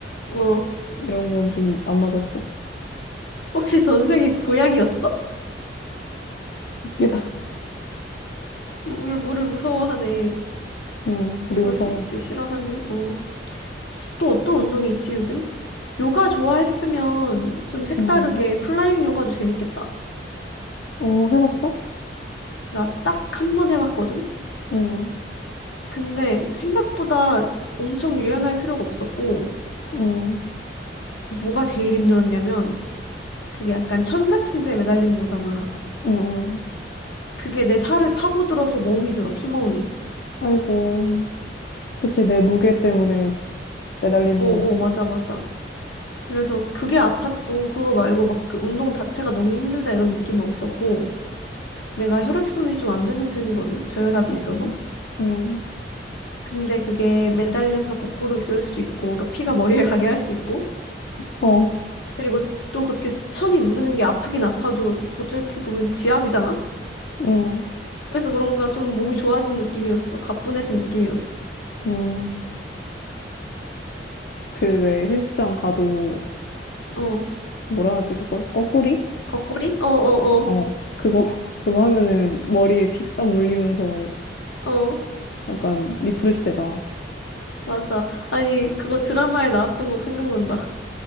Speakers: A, on the left; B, on the left.
A: 어.
B: <laughs> 이런 건 좀 안 맞았어.
A: 혹시 전생이 고양이였어?
B: 웃기다.
A: 물을, 물을 무서워하네.
B: 응, 물이
A: 그럴
B: 무서워.
A: 수 있지. 싫어하네. 어. 또 어떤 운동이 있지 요즘? 요가 좋아했으면 좀 색다르게
B: 응.
A: 플라잉 요가도 재밌겠다.
B: 어, 해봤어?
A: 나 딱 한 번 해봤거든?
B: 응,
A: 근데 생각보다 엄청 유연할 필요가 없었고,
B: 응,
A: 뭐가 제일 힘들었냐면, 그게 약간 천 같은 데 매달리는 거잖아.
B: 응, 응.
A: 그게 내 살을 파고들어서 멍이 들어, 피멍이.
B: 아이고. 그치, 내 무게 때문에 매달리는
A: 어어,
B: 거니까.
A: 맞아, 맞아. 그래서 그게 아팠고, 그거 말고 막 그 운동 자체가 너무 힘들다 이런 느낌은 없었고, 내가 혈액순환이 좀 안 되는 편이거든? 저혈압이
B: 응,
A: 있어서.
B: 응,
A: 근데 그게 매달려서 거꾸로 있을 수도 있고, 그러니까 피가 머리를 가게 할 수도 있고,
B: 어,
A: 그리고 또 그렇게 천이 누르는 게 아프긴 아파도 어떻게 보면 지압이잖아?
B: 응,
A: 그래서 그런가 좀 몸이 좋아진 느낌이었어. 가뿐해진 느낌이었어.
B: 응. 그 왜 헬스장 가도
A: 어,
B: 뭐라 하지, 그걸? 거꾸리?
A: 거꾸리? 어, 어,
B: 어, 그거, <laughs> 그거 하면은 머리에 픽싹 물리면서
A: 어, 어,
B: 약간 리프레시 되잖아.
A: 맞아. 아니, 그거 드라마에 나왔던 거 생각난다.